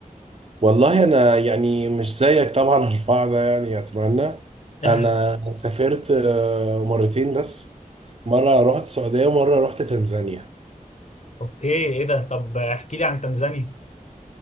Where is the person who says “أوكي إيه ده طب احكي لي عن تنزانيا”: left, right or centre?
Left